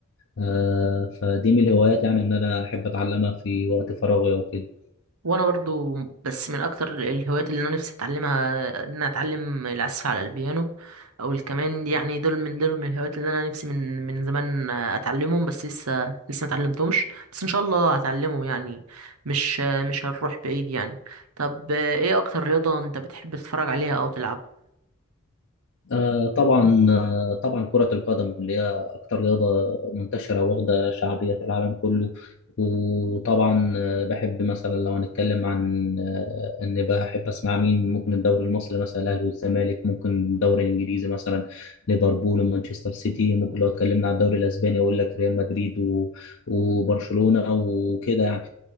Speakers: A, on the left; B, on the right.
A: آه، فدي من الهوايات يعني ان انا احب اتعلمها في وقت فراغي او كده
B: وانا برضو بس من اكتر الهوايات اللي انا نفسي اتعلمها ان انا اتعلم العزف على البيانو او الكمان يعني دول من دول من الهوايات اللي انا نفسي من من زمان اتعلمهم بس لسه لسه ما اتعلمتهمش بس ان شاء الله هتعلمهم يعني مش مش هنروح بعيد يعني طب ايه اكتر رياضة انت بتحب تتفرج عليها او تلعبها
A: آه طبعا
B: مم.
A: آه طبعا كرة القدم اللي هي أكتر رياضة منتشرة واخدة شعبية في العالم كله وطبعا آه بحب مثلا لو هنتكلم عن آه إن بحب أسمع مين ممكن الدوري المصري مثلا الأهلي والزمالك ممكن الدوري الإنجليزي مثلا ليفربول ومانشستر سيتي ممكن لو اتكلمنا عن الدوري الأسباني أقول لك ريال مدريد و- وبرشلونة وكده يعني